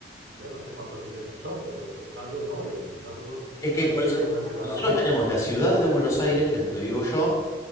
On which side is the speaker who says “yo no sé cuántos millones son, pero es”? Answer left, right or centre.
Right